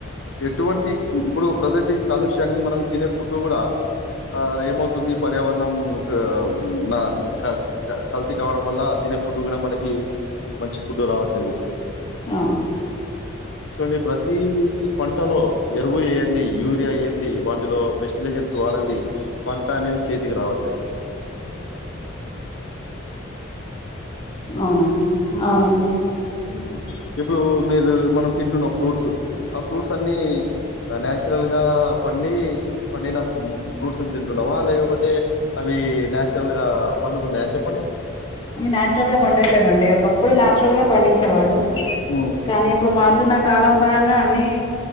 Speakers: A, on the left; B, on the left.
A: ఎటువంటి ఇప్పుడు ప్రజెంట్ ఈ కాలుష్యానికి మనం తినే ఫుడ్ గూడా ఆ ఏమవుతుంది పర్యావరణం క్ నా కా క కల్తీ కావడం వల్ల అతీ తినే ఫుడ్ గూడా మనకి మంచి ఫుడ్ రావట్లేదు
B: అవును
A: చూండండి ప్రతీ పంటలో ఎరువు ఏయంది యూరియా ఏంది వాటిలో ఫెస్టిలైజర్స్ వాడండి పంట అనేది చేతికి రావట్లే
B: అవునండి అవునండి
A: ఉమ్ ఇపుడు మీరు మనం తింటున్న ఫ్రూట్స్ ఆ ఫ్రూట్స్ అన్నీ న్యాచురల్ గా పండి పండిన మ్ ఫ్రూట్స్ ని తింటున్నమా లేకపోతే అవి వీ న్యాచురల్ గా పండుతున్నయా చెప్పండి
B: న్యాచురల్ గా పండట్లేవండి ఒకప్పుడు న్యాచురల్గా పండించేవాళ్ళు
A: ఉమ్,
B: కానీ ఇపుడు మారుతున్న కాలం పరంగా అన్నీ